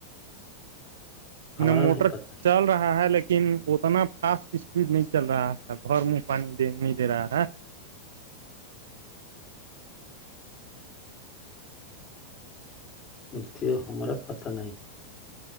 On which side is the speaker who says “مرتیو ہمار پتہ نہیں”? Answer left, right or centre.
Left